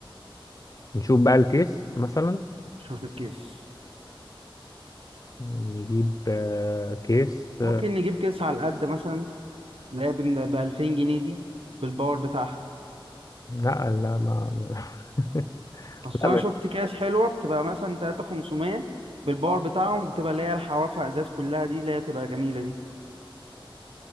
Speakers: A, on the left; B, on the right.
A: نشوف بقى الكيس مثلا
B: شوف الكيس
A: نجيب آه، كيس آه،
B: ممكن نجيب كيس على قد مثلا اللي هي ب 2000 جنيه دي بالباور بتاعها
A: لا لا ما <laughs>
B: اصل
A: لا
B: انا
A: ما
B: شفت اكياس حلوه بتبقى مثلا 3500 بالباور
A: آه.
B: بتاعهم بتبقى اللي هي الحوافه ازاز كلها دي اللي هي تبقى جميله دي